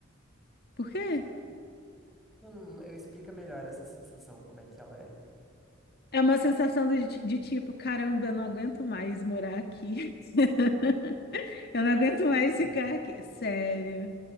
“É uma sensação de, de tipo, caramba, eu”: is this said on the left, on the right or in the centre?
Left